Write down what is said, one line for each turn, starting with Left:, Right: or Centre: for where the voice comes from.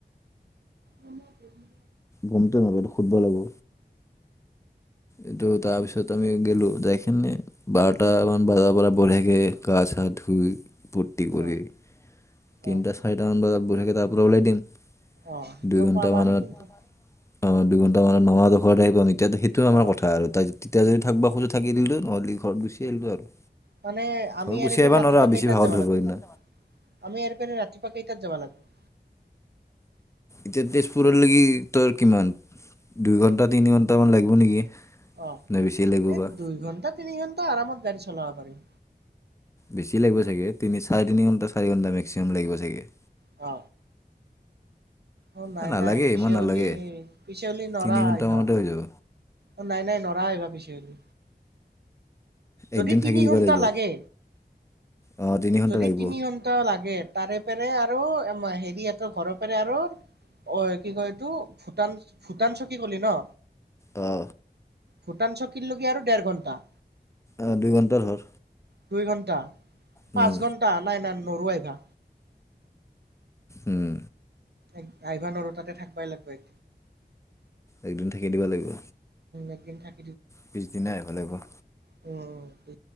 Right: উম <unintelligible>
Left: গমতো নাপাওঁ সেইটো সুধব লাগব এইটো
Right: অ
Left: তাৰপিছত আমি গেলো যায়কিনে বাৰটা মান বজাৰ পৰা বঢ়িয়াকে গা চা ধুই ফুৰ্তি কৰি
Right: অ অ
Left: তিনিটা
Right: অ
Left: ছয়টা মান বজাত বঢ়িয়াকে তাৰ পৰা ওলাই দিম
Right: আহ সেইটো
Left: দুই ঘণ্টামানত
Right: প পাৰি কিন্তু
Left: অ দুঘণ্টা মানত মামাহঁতৰ ঘৰত আহি পামহি সেইটো আমাৰ
Right: অ
Left: কথা আৰু তাই তেতিয়া যদি থাকবা খোজঁ থাকি দিলোঁ নহ'লে ঘৰত গুচি আহিলো আৰু
Right: মানে
Left: ঘৰত
Right: আমি
Left: গুচি
Right: এনেকে
Left: আহিবা
Right: ৰাতিপুৱা
Left: নোৱাৰা বেছি
Right: কেইটাত
Left: ভাগৰ
Right: যাব
Left: ধৰিব
Right: লাগব
Left: সিদিনা
Right: আমি আৰ ৰাতি পা কেইতাত যাবা লাগব
Left: এতিয়া তেজপুৰলৈকি তৰ কিমান দুই ঘন্টা তিনি ঘন্টামান লাগিব নেকি
Right: অ
Left: নে বেছি লাগিব
Right: এই
Left: বা
Right: দুই ঘণ্টাত তিনি ঘণ্টা আৰামত গাড়ী চলাব পাৰিম
Left: বেছি লাগিব চাগে তিনি চাৰে তিনি ঘণ্টা চাৰি ঘন্টা মেক্সিমাম লাগিব চাগে
Right: অ অ নাই
Left: এ নালাগে
Right: নাই পিছে
Left: ইমান নালাগে
Right: অলি পিছে অলি নৰা
Left: তিনি ঘণ্টামানতে
Right: আইভা
Left: হৈ যাব
Right: অ নাই নাই নৰা আইভা পিছে আৰো যদি
Left: একদিন
Right: তিনি
Left: থাকি দিবা
Right: ঘন্টা
Left: লাগিব
Right: লাগে
Left: অ তিনি ঘণ্টা
Right: যদি
Left: লাগিব
Right: তিনি ঘন্টা লাগে তাৰে পেৰে আৰু এম হেৰিহঁতৰ ঘৰৰ পেৰে আৰু অ কি কয় এইটো ভূটান ভূটান চকী কলি ন
Left: অ
Right: ভূটান চকীৰ লগকে আৰু ডেৰ ঘণ্টা
Left: আহ দুই ঘণ্টা ধৰ
Right: দুই ঘণ্টা
Left: উম
Right: পাঁচ ঘন্টা নাই নাই নৰো আইভা
Left: উম
Right: এক আইভা নৰো তাতে থাকবাই লাগবাই
Left: একদিন থাকি দিব লাগিব
Right: একদিন থাক
Left: পিছদিনা এভলেবল
Right: অ